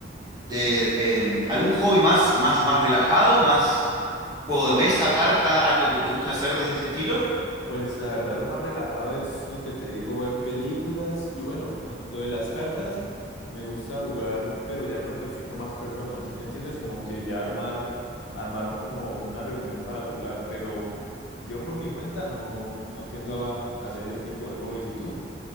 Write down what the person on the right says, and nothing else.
de, eh, algún hobby más, más, más relajado, más juego de mesa, carta, algo que te guste hacer de ese estilo.